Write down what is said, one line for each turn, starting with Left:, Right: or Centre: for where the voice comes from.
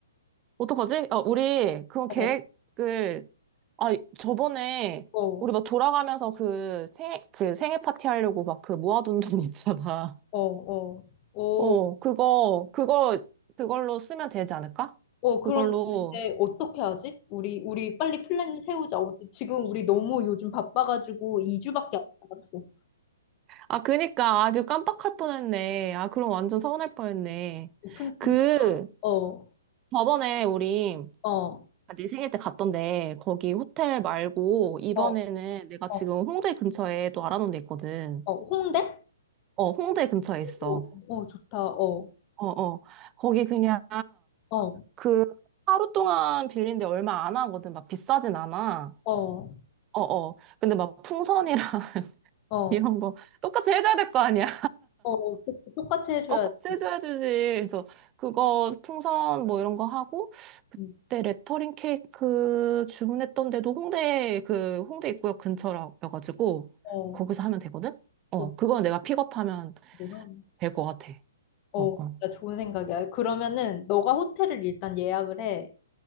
Right: 어떡하지? 어, 우리 그
Left: 어,
Right: 계획을, 아, 저번에
Left: 어,
Right: 우리 막 돌아가면서 그 생일, 그 생일 파티 하려고 막 그 모아둔 돈 <laughs> 있잖아.
Left: 어, 어, 어,
Right: 어, 그거, 그거, 그걸로 쓰면 되지 않을까?
Left: 어, 그럼
Right: 그걸로.
Left: 이제 어떻게 하지? 우리, 우리 빨리 플랜 세우자. 어, 지금 우리 너무 요즘 바빠가지고 2주밖에 안 남았어.
Right: 아, 그니까. 아, 그 깜빡할 뻔했네. 아, 그럼 완전 서운할 뻔했네.
Left: 오픈, 주-
Right: 그,
Left: 어, 어,
Right: 저번에 우리
Left: 어,
Right: 아, 내 생일 때 갔던데 거기 호텔 말고 이번에는
Left: 어,
Right: 내가
Left: 어,
Right: 지금 홍대 근처에 또 알아놓은 데 있거든.
Left: 어, 홍대?
Right: 어, 홍대 근처에 있어.
Left: 어, 어, 좋다. 어,
Right: 어, 어. 거기 그냥
Left: 어,
Right: 그 하루 동안 빌린데 얼마 안 하거든. 막 비싸진 않아.
Left: 어,
Right: 어, 어. 근데 막 풍선이랑 <laughs>
Left: 어,
Right: 이런 거 똑같이 해줘야 될 거 아니야.
Left: 어, 그치. 똑같이 해줘야지.
Right: 어, 같이 해줘야 지 그래서 그거 풍선 뭐 이런 거 하고 그때
Left: 응,
Right: 레터링 케이크 주문했던 데도 홍대 그 홍대 입구역 근처라가지고
Left: 어,
Right: 거기서 하면 되거든? 어,
Left: 어,
Right: 그건 내가 픽업하면
Left: 뭐야.
Right: 될 것 같아.
Left: 어,
Right: 어, 어.
Left: 진짜 좋은 생각이야. 그러면은 너가 호텔을 일단 예약을 해.